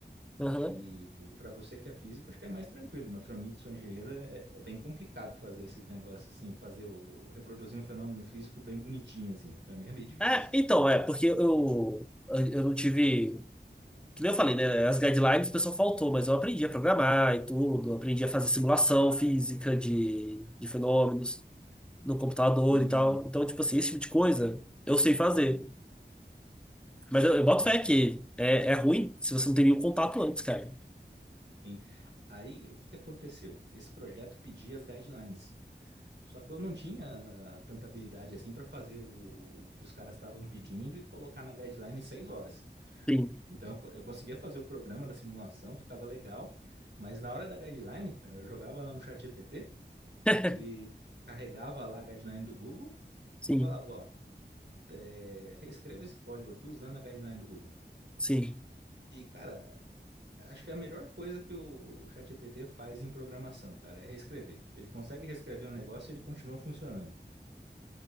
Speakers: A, in the centre; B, on the right.
A: Aham.
B: E, para você que é físico, acho que é mais tranquilo, mas para mim que sou engenheiro é, é bem complicado fazer esses negócios assim, fazer o reproduzir um fenômeno físico bem bonitinho assim. Para mim é meio <laughs> difícil.
A: É, então, é, porque eu, eu não tive. Que nem eu falei, né? As guidelines o pessoal faltou, mas eu aprendi a programar e tudo, aprendi a fazer simulação física de, de fenômenos no computador
B: Sim,
A: e tal. Então, tipo assim, esse tipo de coisa eu sei fazer. Mas eu, eu boto
B: ente-
A: fé que é, é ruim se você não tem nenhum contato antes, cara.
B: sim. Aí, o que que aconteceu? Esse projeto pedia as guidelines. Só que eu não tinha tanta habilidade assim para fazer o, o que os caras estavam pedindo e colocar na guideline em seis horas.
A: Sim,
B: Então, eu co- eu conseguia fazer o programa da simulação, ficava legal, mas na hora da guideline, cara, eu jogava lá no chat GPT
A: <laughs>
B: Ele carregava lá a guideline do Google
A: sim,
B: e falava, ó, é, reescreva esse código aqui usando a guideline do Google.
A: sim.
B: E, cara, acho que é a melhor coisa que o ChatGPT faz em programação, cara, é reescrever. Ele consegue reescrever um negócio e ele continua funcionando.